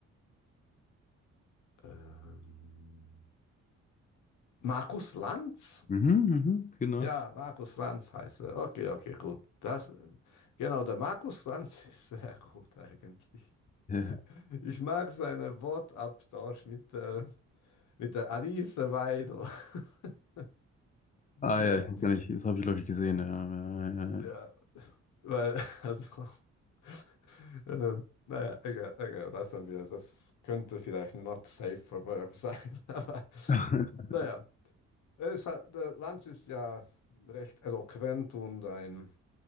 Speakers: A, on the left (about 75°); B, on the left (about 25°).
A: Ähm, Markus Lanz?
B: Mhm, mhm, genau.
A: Ja, Markus Lanz heißt er. Okay, okay, gut. Das, genau, der Markus Lanz <laughs> ist sehr gut eigentlich.
B: Ja.
A: Ich mag seinen Wortabtausch mit der, mit der Alice Weidel. <laughs>
B: Ah
A: Naja,
B: ja, ich weiß gar nicht, das habe ich, glaube ich, gesehen. Äh,
A: ja, weil, also, <laughs> äh, naja, egal, egal, lassen wir das. Das könnte vielleicht not safe for work sein, <laughs> aber
B: <laughs>
A: naja, es hat, der Lanz ist ja recht eloquent und ein